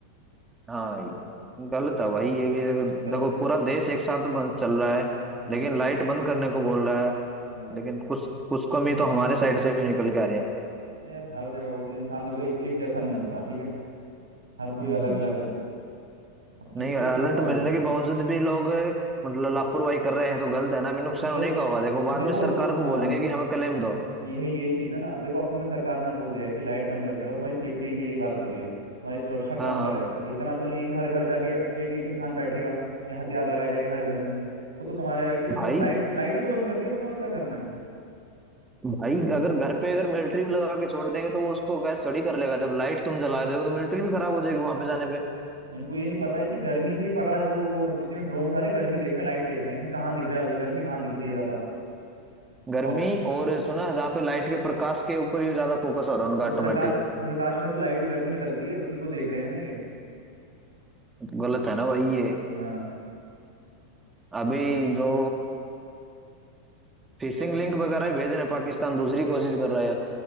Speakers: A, on the right; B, on the right.
A: हाँ गलत है भाई ये भी देखो
B: बहुत गलत
A: देखो,
B: है
A: पूरा देश एक साथ बंद चल रहा है
B: हाँ
A: लेकिन लाइट बंद करने को बोल रहा है
B: हाँ
A: लेकिन कुछ कुछ कमी तो हमारे साइड से भी निकल के आ रही है
B: यार हर जगह वो तो इंसान देखो एक एक जैसा नहीं होता ठीक है हर कोई
A: हम्म
B: अलग
A: हम्म।
B: अलग है अब किसको
A: नहीं अलर्ट
B: कितना बोल
A: मिलने
B: सकते
A: के बावजूद भी लोग अ, मतलब लापरवाही कर रहे हैं तो गलत है ना अभी नुकसान
B: देखो
A: उन्हीं का होगा देखो बाद
B: देखो
A: में सरकार
B: द,
A: को
B: हाँ
A: बोलेंगे कि हमें क्लेम
B: वो-
A: दो
B: यही यही चीज़ है ना देखो अब तुम्हें सरकार ने बोल दिया है कि लाइट बंद करके रहो तुम्हारी सेफ्टी के लिए बात हो रही है तुम्हारी सुरक्षा कौन
A: हाँ
B: करेगा
A: हाँ
B: इतना तो नहीं है कि हर घर जाके एक एक इंसान बैठेगा या हथियार लगाए जाएगा हर घर में वो तो तुम्हारा है कि तुम बस
A: भाई
B: लाइट लाइट ही तो बंद करनी है तुम्हें और क्या करना है
A: भाई अगर घर पे अगर मिलिट्री भी लगा के छोड़ देंगे तो वो उसको गैस थोड़ी कर लेगा जब लाइट तुम जला दोगे तो मिलिट्री भी खराब हो जाएगी वहां पे जाने पे
B: इनको ये नहीं पता है कि गर्मी से ही पकड़ा है वो वो जितने ड्रोन आ रहे हैं गर्मी देख रहे हैं लाइट देख रहे हैं कि कहाँ दिख रहा है गर्मी कहाँ दिख रही है ज्यादा
A: गर्मी
B: और
A: और सुना है, जहाँ पे लाइट के प्रकाश के ऊपर ही ज्यादा फोकस हो रहा है उनका
B: वो
A: ऑटोमेटिक
B: प्रकाश प्रकाश में तो लाइट वो गर्मी निकलती है उसी को देख रहे हैं ना ये
A: गलत है ना भाई ये
B: हाँ
A: अभी
B: अरे
A: जो फिशिंग
B: क्या
A: लिंक वगैरह ही भेज रहे हैं पाकिस्तान दूसरी कोशिश कर रहा है